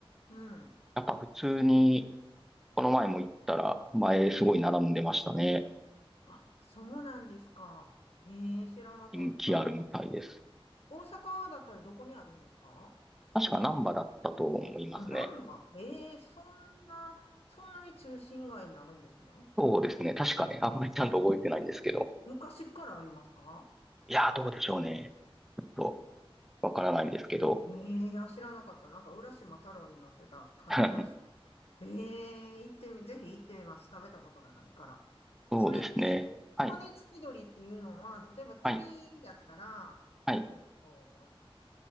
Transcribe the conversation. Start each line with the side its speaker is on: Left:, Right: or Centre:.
Left: うん。
Centre: やっぱ普通に、この前も行ったら、前すごい並んでましたね。
Left: あ、そうなんですか。ええ知らなかった。
Centre: 人気あるみたいです。
Left: 大阪だったらどこにあるんですか
Centre: 確か難波だったと思いますね。
Left: あ、難波。ええそんな、そんなに中心街にあるんですね。
Centre: そうですね。確かね、あんまりちゃんと覚えてないんですけど。
Left: 昔からありますか
Centre: いやー、どうでしょうね。ちょっとわからないんですけど。
Left: ええいや、知らなかった。なんか、浦島太郎になってた感じがし
Centre: <laughs>
Left: ええ行ってみ、ぜひ行ってみます。食べたことがないから。
Centre: そうですね。
Left: それって、
Centre: はい、
Left: 骨付き鳥っていうのは、例えば鳥だったら、
Centre: はい、はい、
Left: えっと、